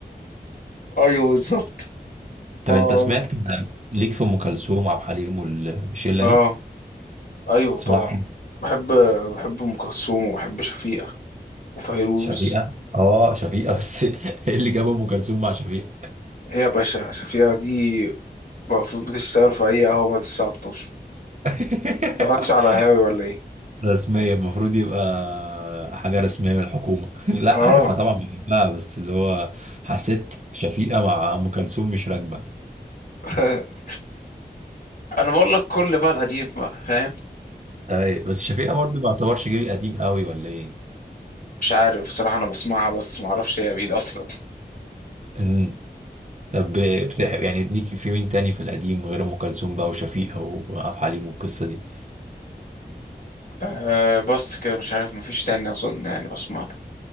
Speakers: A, on the left; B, on the right.
A: ايوه بالظبط
B: طب
A: آه.
B: انت سمعت ليك في ام كلثوم وعبد الحليم والشله
A: اه
B: دي
A: ايوه
B: اسمعهم
A: طبعا بحب بحب ام كلثوم وبحب شفيقة وفيروز
B: شفيقه اه شفيقه بس <laughs> ايه اللي جاب ام كلثوم مع شفيقه
A: ايه يا باشا شفيقة دي المفروض بتشتغل في اي قهوة بعد الساعة 12
B: <laughs>
A: تقعدش على هاوي ولا ايه
B: رسميه المفروض يبقى حاجه رسميه من الحكومه <laughs> لا
A: اه
B: عارفها طبعا بحبها بس اللي هو حسيت شفيقه مع ام كلثوم مش راكبه
A: <laughs> انا بقول لك كل بقى القديم بقى فاهم
B: اي بس شفيقه برضه ما يعتبرش جيل قديم قوي ولا ايه
A: مش عارف بصراحة انا بسمعها بس ما اعرفش هي مين اصلا
B: امم طب بتحب يعني ليك في مين تاني في القديم غير ام كلثوم بقى وشفيقه وعبد الحليم والقصه دي
A: <laughs> آه بس كده مش عارف مفيش تاني اظن يعني بسمع له